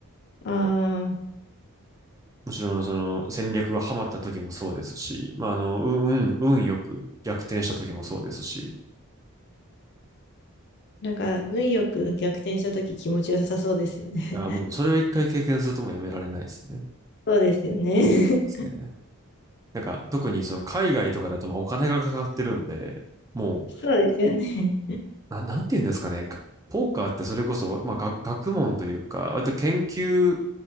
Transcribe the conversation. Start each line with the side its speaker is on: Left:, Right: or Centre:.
Left: ああ、
Right: もちろん、その戦略がハマった時もそうですし、まあ、あの、運、運よく逆転した時もそうですし、
Left: なんか、運よく逆転したとき気持ちよさそうですよね。
Right: いやもうそれを一回経験するともうやめられないですね。で
Left: <laughs> そうですよね。
Right: すね。なんか特にその海外とかだとまあお金がかかってるんで、もう、
Left: <laughs> そうですよね。
Right: な、なんて言うんですかね。かポーカーってそれこそ、まあ、が学問というか、割と研究